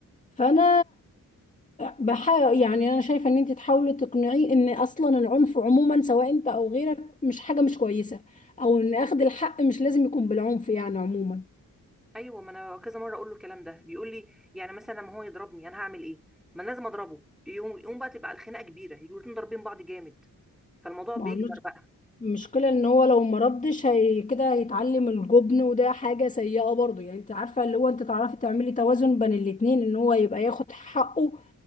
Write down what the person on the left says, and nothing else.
فانا بحاول يعني انا شايفة ان انت تحاولي تقنعيه ان اصلا العنف عموما سواء انت او غيرك مش حاجة مش كويسة او ان اخذ الحق مش لازم يكون بالعنف يعني عموما
ما
هو
المشكلة ان هو لو مردش هي كده هيتعلم الجبن وده حاجة سيئة برضه يعني انت عارفة اللي هو انت تعرفي تعملي توازن بين الاتنين ان هو يبقى ياخد حقه